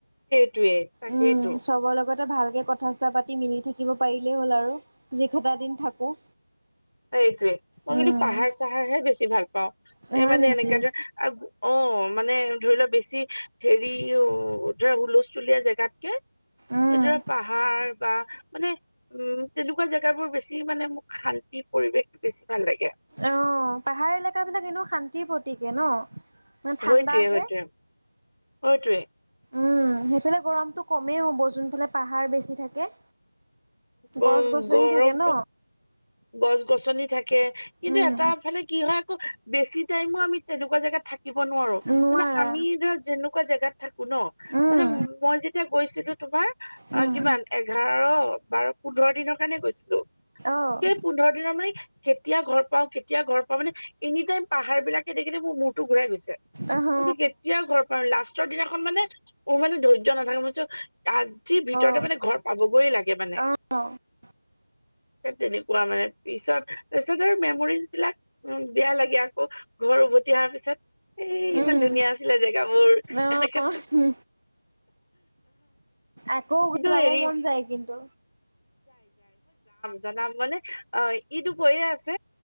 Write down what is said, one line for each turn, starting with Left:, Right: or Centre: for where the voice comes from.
Left: টোৱে তাকেইতো।
Right: উম, চবৰ লগতে ভালকে কথা চথা পাতি মিলি থাকিব পাৰিলেই হ'ল আৰু যি কেইটা দিন থাকো।
Left: এইটোৱে মই
Right: উম,
Left: কিন্তু পাহাৰ চাহাৰ হে বেছি ভাল পাওঁ
Right: হয়
Left: এই মানে
Right: নেকি
Left: এনেকুৱ ধৰে আৰু অ', মানে ধৰি লোৱা বেছি হেৰি ধৰা হুলস্থুলীয়া জেগাতকে
Right: উম।
Left: এইজে পাহাৰ বা মানে উম, তেনেকুৱা জেগা বোৰ বেছি মানে মোক শান্তি পৰিৱেশটো বেছি ভাল লাগে।
Right: অ, পাহাৰ এলেকাবিলাক এনোও শান্তিৰ প্ৰতীকে ন। মানে ঠাণ্ডা
Left: সেইটোৱে-সেইটোৱে-সেইটোৱে।
Right: যে। উম, সেইফালে গৰমটো কমেই হ'ব যোনফালে পাহাৰ বেছি থাকে।
Left: উম,
Right: গছ গছনি
Left: গৰমটো
Right: থাকে ন?
Left: গছ-গছনি থাকে কিন্তু
Right: উম,
Left: এটা ফালে কি হয় আকৌ বেছি টাইম আমি তেনেকুৱা জেগাত থাকি থাকিব নোৱাৰো
Right: নোৱাৰা।
Left: মানে আমি ধৰা যেনেকুৱা জেগাত থাকো ন
Right: উম,
Left: মানে মই যেতিয়া গৈছিলো। তোমাৰ অ,
Right: উম,
Left: কিমান এঘাৰ বাৰু পোন্ধৰ দিনৰ কাৰণে গৈছিলো
Right: অ'।
Left: সেই পোন্ধৰ দিনৰ মানে কেতিয়া ঘৰ পাও কেতিয়া ঘৰ পাও মানে এনি টাইম পাহাৰ বিলাকে দেখেনে মোৰ মূৰতো ঘূৰাই গৈছে।
Right: অ',
Left: মইটো কেতিয়াও ঘৰ পাৰো লাষ্টৰ দিনাখন মানে মোৰ মানে ধৈৰ্য্য নাথাকে মইছো আাজিৰ ভিতৰতে
Right: অ',
Left: মানে ঘৰ পাবগৈ লাগে মানে।
Right: অ,
Left: তেনেকুৱা মানে পিছত পিছত আৰু মেমৰিজ বিলাক উ বেয়া লাগে আকৌ ঘৰ উভতি অহা পিছত। এ ইমান
Right: উম।
Left: ধুনীয়া আছিলে জেগাবোৰ
Right: অ',
Left: এনেকে
Right: আকৌ
Left: কিন্তু
Right: যাব
Left: হেৰি
Right: মন যায় কিন্তু।
Left: জাম মানে অ, ইটো কৈয়ে আছে